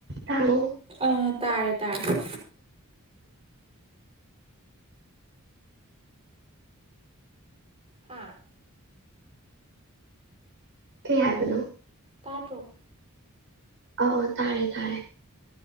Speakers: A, on the right; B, on the right.
A: ꯇꯥꯔꯕꯣ
B: ꯑꯥ ꯇꯥꯔꯦ ꯇꯥꯔ‌ꯦ ꯍꯥꯥ
A: ꯀꯩ ꯍꯥꯏꯕꯅꯣ
B: ꯇꯥ ꯇꯔꫭ
A: ꯑꫭ ꯑꫭ ꯇꯥꯔꯦ ꯇꯥꯔꯦ